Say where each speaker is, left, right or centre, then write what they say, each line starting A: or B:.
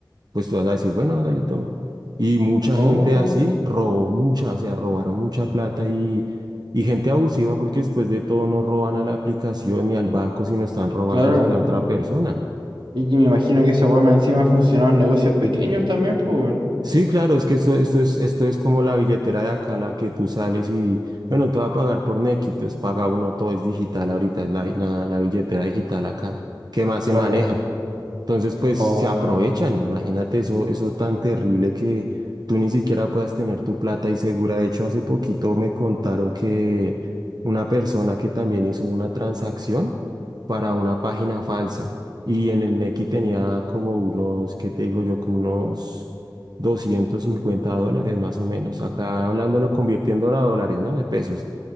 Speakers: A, on the right (about 55°); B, on the right (about 80°).
A: pues tú vas a decir, bueno, hágale, toma. Y mucha
B: Oh,
A: gente así robó mucha, o sea, robaron mucha plata y, y gente abusiva porque después de todo no roban a la aplicación ni al banco, sino están robando
B: claro.
A: es a la otra persona.
B: Y que me imagino que esa weá más encima funcionaba en negocios pequeños también, pues, weón.
A: Sí, claro, es que esto, esto es, esto es como la billetera de acá, la que tú sales y, bueno, te va a pagar por Nequi, entonces paga uno, todo es digital ahorita, es la, la, la billetera digital acá, que más
B: claro.
A: se maneja. Entonces, pues
B: O...
A: se aprovechan. Imagínate eso, eso tan terrible que tú ni siquiera puedas tener tu plata y segura. De hecho, hace poquito me contaron que una persona que también hizo una transacción para una página falsa y en el Nequi tenía como unos, ¿qué te digo yo? Como unos 250 dólares más o menos. Acá hablándolo, convirtiéndolo a dólares, ¿no? De pesos